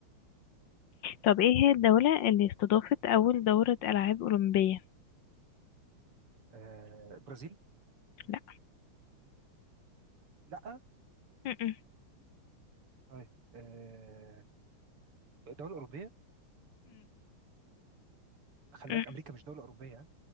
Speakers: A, on the left; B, on the right.
A: طب ايه هي الدولة اللي استضافت أول دورة ألعاب أولمبية
B: آه برازيل
A: لا
B: لا
A: م-م.
B: طيب آه دولة أوروبية خلي
A: مم.
B: بالك أمريكا مش دولة أوروبية ها؟